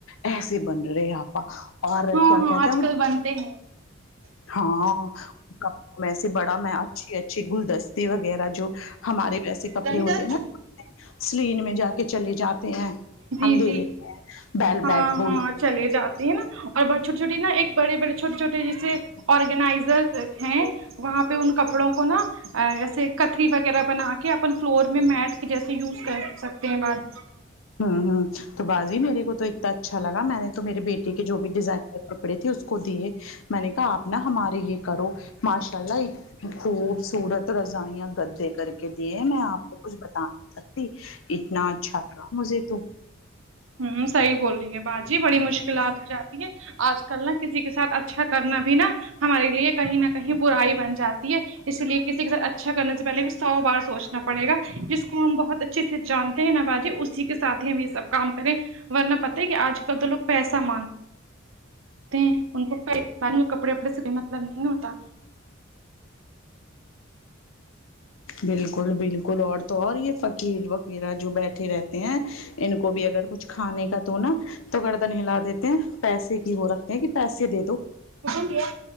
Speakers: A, on the left; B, on the right.
A: ایسے بن رہے آپا اور
B: ہاں
A: کیا
B: ہاں
A: کہتے
B: آج
A: ہیں
B: کل بنتے ہیں
A: ہاں میں سے بڑا میں اچھی اچھی گلدستی وغیرہ جو ہمارے ویسے کپڑے
B: دہی
A: ہوتے
B: داد
A: ہیں نا سلین میں جا کے چلے جاتے ہیں
B: جی
A: ہم لے
B: جی
A: لیتے ہیں بیل
B: ہاں
A: بیٹ بول
B: ہاں چلے جاتی ہیں نا اور بڑ چھوٹی چھوٹی نا ایک بڑے بڑے چھوٹے چھوٹے جیسے آرگنائزر ہیں وہاں پہ ان کپڑوں کو نہ ایسے کتھری وغیرہ بنا کے اپن فلور میں میٹ کے جیسے یوز کر سکتے ہیں بات
A: ہوں ہوں تو باجی میرے کو تو اتنا اچھا لگ میں نے تو میری بیٹی کے جو بھی ڈیزائنر کپڑے تھے اس کو دیے میں نے کہا آپ نہ ہمارے یہ کرو ماشاء اللہ خوبصورت رضائیاں گدے کر کے دیے نا آپ کو کچھ بتا سکتی نہیں اتنا اچھا تھا مجھے تو
B: ہوں صحیح بول رہی ہیں باجی بڑی مشکلات ہو جاتی ہے آج کل نا کسی کے ساتھ اچھا کرنا بھی نا ہمارے لیے کہیں نہ کہیں برائی بن جاتی ہے اسی لیے کسی کے ساتھ اچھا کرنے سے پہلے بھی سو بار سوچنا پڑے گا جس کو ہم بہت اچ چھے سے جانتے ہیں نہ باجی اسی کے ساتھ ہی ہم یہ سب کام کریں ورنہ پتا ہے کہ آج کل تو لوگ پیسہ مانگ ہیں ان کوئی نی کپڑے وپڑے سے کوئی مطلب نہیں ہوتا
A: بالکل بالکل اور تو اور یہ فقیر و ویرہ جو بیٹھے رہتے ہیں ان کو بھی اگر کچھ کھانے کا تو نا تو گردن ہلا دیتے ہیں پیسے کی ہو رکھتے ہیں کہ پیسے دے دو
B: پسند کیا